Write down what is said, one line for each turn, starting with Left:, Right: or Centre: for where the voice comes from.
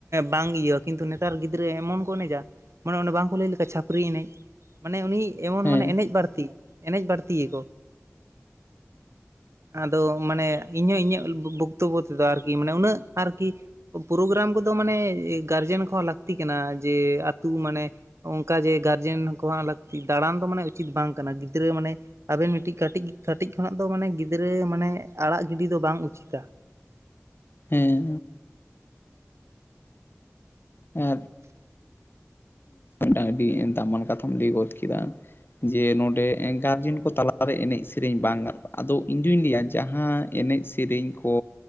Right: ᱵᱟᱝ ᱤᱭᱟᱹᱣᱟ ᱠᱤᱱᱛᱩ ᱱᱮᱛᱟᱨ ᱜᱤᱫᱽᱨᱟᱹ ᱮᱢᱚᱱ ᱠᱚ ᱮᱱᱮᱡᱟ ᱢᱟᱱᱮ ᱚᱱᱮ ᱵᱟᱝᱠᱚ ᱞᱟᱹᱭ ᱞᱮᱠᱟ ᱪᱷᱟᱹᱯᱨᱤ ᱮᱱᱮᱡ ᱢᱟᱱᱮ ᱩᱱᱤ ᱮᱢᱚᱱ
Left: ᱦᱮᱸ
Right: ᱢᱟᱱᱮ ᱮᱱᱮᱡ ᱵᱟᱹᱲᱛᱤ ᱮᱱᱮᱡ ᱵᱟᱹᱲᱛᱤᱭᱟᱠᱚ ᱟᱫᱚ ᱢᱟᱱᱮ ᱤᱧ ᱦᱚᱸ ᱤᱧᱟᱹᱜ ᱵᱚᱠᱛᱚᱵᱚᱛ ᱟᱨᱠᱤ ᱢᱟᱱᱮ ᱩᱱᱟᱹᱜ ᱟᱨᱠᱤ ᱯᱨᱳᱜᱨᱟᱢ ᱠᱚᱫᱚ ᱢᱟᱱᱮ ᱜᱟᱨᱡᱮᱱ ᱠᱚᱦᱚᱸ ᱞᱟᱹᱠᱛᱤ ᱠᱟᱱᱟ ᱡᱮ ᱟᱹᱛᱩ ᱢᱟᱱᱮ ᱚᱱᱠᱟ ᱡᱮ ᱜᱟᱨᱡᱮᱱ ᱠᱚᱶᱟᱜ ᱞᱟᱹᱠᱛᱤ ᱫᱟᱬᱟᱱ ᱫᱚ ᱢᱟᱱᱮ ᱩᱪᱤᱛ ᱵᱟᱝ ᱠᱟᱱᱟ ᱜᱤᱫᱽᱨᱟᱹ ᱢᱟᱱᱮ ᱟᱵᱮᱱ ᱢᱤᱫᱴᱤᱡ ᱠᱟᱹᱴᱤᱡ ᱠᱟᱹᱴᱤᱡ ᱠᱷᱚᱱᱟᱜ ᱫᱚ ᱢᱟᱱᱮ ᱜᱤᱫᱽᱨᱟᱹ ᱢᱟᱱᱮ ᱟᱲᱟᱜ ᱜᱤᱰᱤ ᱫᱚ ᱵᱟᱝ ᱩᱪᱤᱛᱟ
Left: ᱦᱮᱸ ᱟᱨ <inaudible> ᱟᱹᱰᱤ ᱫᱟᱢᱟᱱ ᱠᱟᱛᱷᱟᱢ ᱞᱟᱹᱭ ᱜᱚᱫ ᱠᱮᱫᱟ ᱡᱮ ᱱᱚᱰᱮ ᱜᱟᱨᱡᱮᱱ ᱠᱚ ᱛᱟᱞᱟᱨᱮ ᱮᱱᱮᱡ ᱥᱮᱨᱮᱧ ᱵᱟᱝ ᱜᱟᱱᱚᱜᱼᱟ ᱟᱫᱚ ᱤᱧ ᱫᱩᱧ ᱞᱟᱹᱭᱟ ᱡᱟᱦᱟᱸ ᱮᱱᱮᱡ ᱥᱮ ᱥᱮᱨᱮᱧ ᱠᱚ